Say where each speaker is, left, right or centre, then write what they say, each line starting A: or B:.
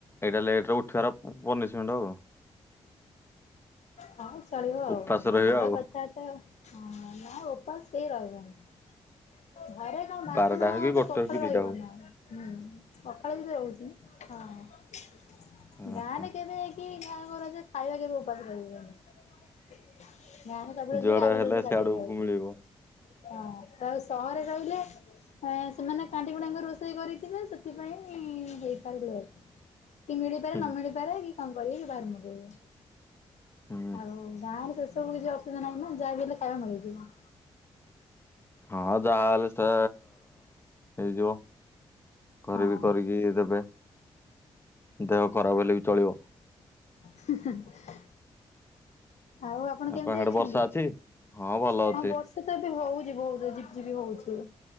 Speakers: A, on the left; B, on the left.
A: ଏଇଟା ଲେଟରେ ଉଠିବାର ପନିଷମେଣ୍ଟ ଆଉ।
B: ହଉ ଚଳିବ ଆଉ
A: ଉପାସ ରହିବା
B: ଘର
A: ଆଉ
B: କଥା ତ ହଁ ନା ଓପାସ କେହିଁ ରହିବନି। ଘରେ କଣ ଭାତ
A: ବାରଟା
B: ନ
A: ହଉ କି
B: ତ
A: ଗୋଟେ
B: ପଖାଳ
A: ହଉ କି
B: ରହିବନା
A: ଦିଟା ହଉ
B: ହୁଁ ପଖାଳ ବି ତ ରହୁଛି। ହଁ
A: ଓହୋ,
B: ଗାଁରେ
A: ହୁଁ
B: କେବେ କି ଗାଁ ମୋର ହଜେ ଖାଇବା କେବେ ଉପାସ ରହିବେନି। ନାଇଁ
A: ହୁଁ।
B: ସବୁବେଳେ
A: ଯୁଆଡେ
B: ଜିବି ଅଭେଲେବୁଲ୍
A: ହେଲେ
B: କରିଦେବି
A: ସିଆଡୁ
B: ଭାବୁଚି।
A: ମିଳିବ
B: ହଁ ତ ଏ ସହରେ ରହିଲେ ଅ ସେମାନେ କାଣ୍ଟି କୁଣ୍ଟାକିନି ରୋଷେଇ କରିଥିବେ ସେଥିପାଇଁ ହେଇପାରିଲେ କି ମିଳିପାରେ
A: ହୁଁ
B: ନ ମିଳିପାରେ କି କଣ କରିବେ ବାହାରୁ ମଗେଇବେ।
A: ହୁଁ।
B: ଆଉ ବାହାର କିସ୍ ସବୁ କିଛି ଅସୁବିଧା ନାହିଁ ନା ଯାହା ବିି ହେଲେ ଖାଇବା ମିଳିଯିବ।
A: ହଁ ଯାହାହେଲେ ତ ହେଇଯିବ ଘରେ
B: ହଁ।
A: ବି କରିକି ଦେବେ। ଦେହ ଖରାପ ହେଲେ ବି ଚଳିବ।
B: ହେ ହେ ହେ। ଆଉ ଆପଣ
A: ବାପା
B: କେମିତି
A: ହାଡେ
B: ଅଛନ୍ତି?
A: ବର୍ଷା ଅଛି? ଭଲ
B: ହଁ
A: ଅଛି
B: ବର୍ଷା ତ ଏବେ ହଉ ହୋଉଛି ଝିପି ଝିପି ହଉଚି